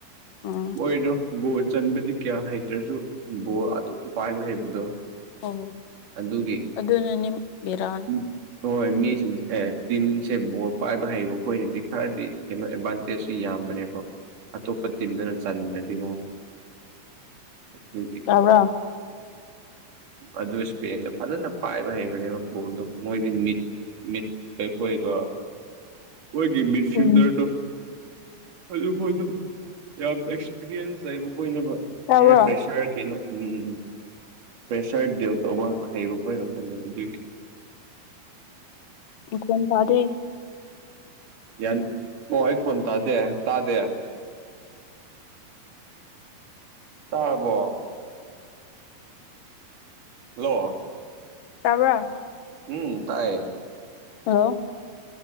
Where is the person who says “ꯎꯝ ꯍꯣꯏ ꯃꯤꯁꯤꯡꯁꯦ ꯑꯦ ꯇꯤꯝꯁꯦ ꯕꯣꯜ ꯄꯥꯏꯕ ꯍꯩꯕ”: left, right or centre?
Right